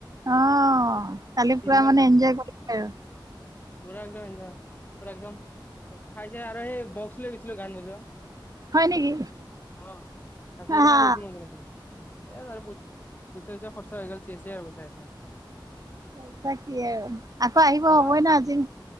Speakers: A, on the right; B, on the left.
A: অ' কালি
B: তিনিখন
A: পুৰা মানে
B: গান
A: এনজয় কৰি আৰু।
B: পুৰা একদম পুৰা একদম খাইছে আৰু সেই বক্স লৈ গৈছিলোঁ, গান বজোৱা।
A: হয় নেকি?
B: অ'। তাতে সেইকাৰণে
A: অ',
B: <unintelligible> নেকি? এই আৰু পইছ পইছা কৰিছা হৈ গ'ল। চেছে আৰু পইছা।
A: পইছা কি আৰু। আকৌ আহিব
B: আপোনাৰ
A: হবই ন' আজি।